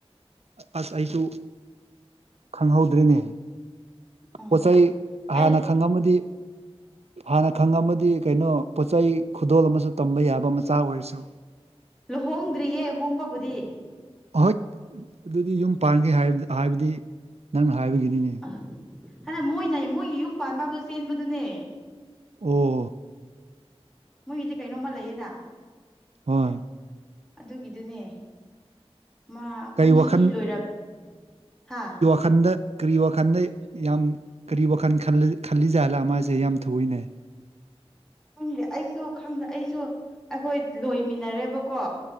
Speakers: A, on the right (about 80°); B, in the centre.
A: ꯑꯁ ꯑꯩꯁꯨ ꯈꯪꯍꯧꯗ꯭ꯔꯦꯅꯦ
B: ꯑꯣ
A: ꯄꯣꯠ ꯆꯩ ꯍꯥꯟꯅ
B: ꯑꯦ
A: ꯈꯪꯉꯝꯃꯗꯤ ꯍꯥꯟꯅ ꯈꯪꯉꯝꯃꯗꯤ ꯀꯩꯅꯣ ꯄꯣꯠꯆꯩ ꯈꯨꯗꯣꯜ ꯑꯃꯁꯨ ꯇꯝꯕ ꯌꯥꯕ ꯃꯆꯥ ꯑꯣꯏꯔꯁꯨ
B: ꯂꯨꯍꯣꯡꯗ꯭ꯔꯤꯌꯦ ꯍꯣꯡꯕꯕꯨꯗꯤ
A: ꯑꯥꯍꯣꯏꯠ ꯑꯗꯨꯗꯤ ꯌꯨꯝ ꯄꯥꯟꯒꯦ ꯍꯥꯏ ꯍꯥꯏꯕꯗꯤ ꯅꯪꯅ ꯍꯥꯏꯕꯒꯤꯅꯤꯅꯦ
B: <unintelligible> ꯃꯣꯏꯅ ꯃꯣꯏꯒꯤ ꯌꯨꯝ ꯄꯥꯟꯕ ꯍꯥꯏꯕꯗꯨ ꯆꯦꯟꯕꯗꯨꯅꯦ
A: ꯑꯣ
B: ꯃꯣꯏꯒꯤꯗꯤ ꯀꯩꯅꯣꯝꯃ ꯂꯩꯌꯦꯅ
A: ꯍꯣꯏ
B: ꯑꯗꯨꯒꯤꯗꯨꯅꯦ ꯃꯥ
A: ꯀꯩ
B: ꯀꯨꯝꯁꯤ
A: ꯋꯥꯈꯜ
B: ꯂꯣꯏꯔꯞ ꯍꯥ
A: ꯈꯟꯗꯦ ꯀꯔꯤ ꯋꯥꯈꯟꯗꯩ ꯌꯥꯝ ꯀꯔꯤ ꯋꯥꯈꯟ ꯈꯜ ꯈꯜꯂꯤꯖꯥꯠꯂꯥ ꯃꯥꯁꯦ ꯌꯥꯝ ꯊꯨꯏꯅꯦ
B: ꯈꯪꯗꯦ ꯑꯩꯁꯨ ꯈꯪꯗꯦ ꯑꯩꯁꯨ ꯑꯩꯈꯣꯏ ꯂꯣꯏꯃꯤꯟꯅꯔꯦꯕꯀꯣ